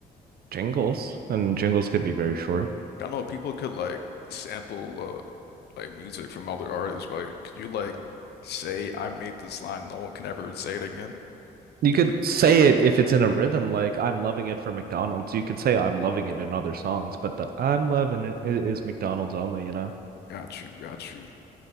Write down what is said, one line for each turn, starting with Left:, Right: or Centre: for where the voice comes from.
Right: jingles, and jingles could be very short.
Left: I don't know people could like sample uh, like music from other artists, but like, could you like say I made this line, no one can ever say it again?
Right: You could
Left: You
Right: say it if it's in a rhythm, like I'm loving it for McDonald's. You could say I'm loving it in other songs, but the I'm loving it i- is McDonald's only, you know?
Left: got you, got you.